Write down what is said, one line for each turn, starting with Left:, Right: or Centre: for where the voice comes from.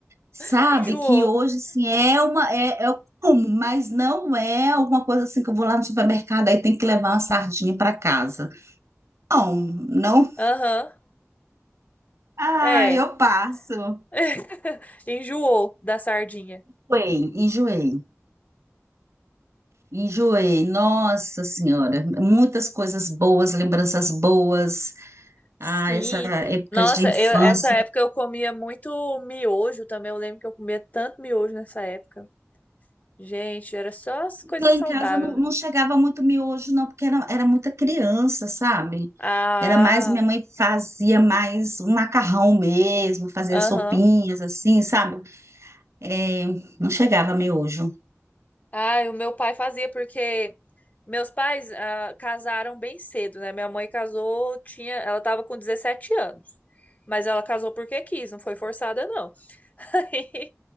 Right: sabe?
Left: <laughs> enjoou.
Right: Que hoje, assim, é uma, é, é como, mas não é alguma coisa assim que eu vou lá no supermercado aí tem que levar uma sardinha para casa. Não, não.
Left: Aham,
Right: Ah,
Left: é.
Right: eu passo.
Left: <laughs> Enjoou da sardinha.
Right: Enjoei, enjoei. Enjoei, nossa senhora, muitas coisas boas, lembranças boas.
Left: Sim.
Right: Ah, essa época
Left: Nossa,
Right: de infância.
Left: eu, essa época eu comia muito miojo também. Eu lembro que eu comia tanto miojo nessa época. Gente, era só as coisas
Right: Lá em
Left: saudáveis,
Right: casa não, não chegava muito miojo, não, porque era, era muita criança, sabe?
Left: Ah,
Right: Era mais, minha mãe fazia mais um macarrão mesmo, fazia
Left: aham.
Right: sopinhas assim, sabe? É, não chegava miojo.
Left: Ah, e o meu pai fazia porque meus pais ah, casaram bem cedo, né? Minha mãe casou, tinha, ela tava com 17 anos. Mas ela casou porque quis, não foi forçada, não. <laughs> Aí,